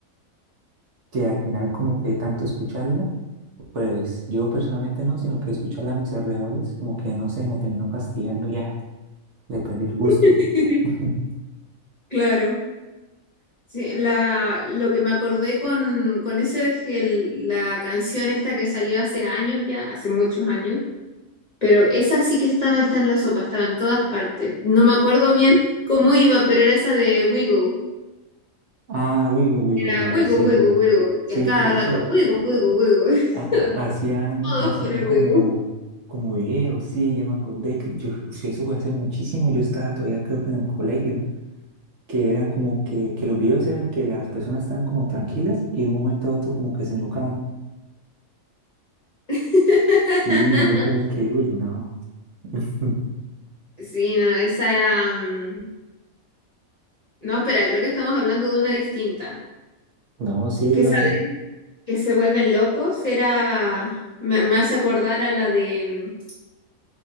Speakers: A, on the right; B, on the left.
A: que al final como que de tanto escucharla Pues yo personalmente no, sino que escucho a mis alrededores, como que no sé, me termino fastidiando y ya, le perdí el gusto.
B: <laughs>
A: <laughs>
B: Claro. Sí, la, lo que me acordé con, con eso es que el- la canción esta que salió hace años ya, hace muchos años Pero esa sí que estaba, está en la sopa, estaba en todas partes. No me acuerdo bien cómo iba, pero era esa de Wiggle.
A: Ah, Wigo, Wigo,
B: Era
A: Wigo,
B: Wiggle,
A: sí,
B: Wiggle, Wiggle.
A: sí,
B: Y a cada
A: que de
B: rato,
A: hecho
B: Wiggle, Wiggle, Wiggle. <laughs>
A: ha- ha- hacían,
B: Todos
A: hacían
B: con el
A: como,
B: Wiggle.
A: como videos, sí, ya me acordé, que yo, sí, eso fue hace muchísimo, yo estaba todavía creo que en el colegio, que eran como que, que los videos eran que las personas estaban como tranquilas y de un momento a otro como que se enlocaban.
B: <laughs>
A: Sí, yo como que, uy, no, <laughs>
B: Sí, no, esa... um, No, espera, creo que estamos hablando de una distinta.
A: no, sí,
B: Que
A: la,
B: esa de que se vuelven locos era... Me, me hace acordar a la de... mm,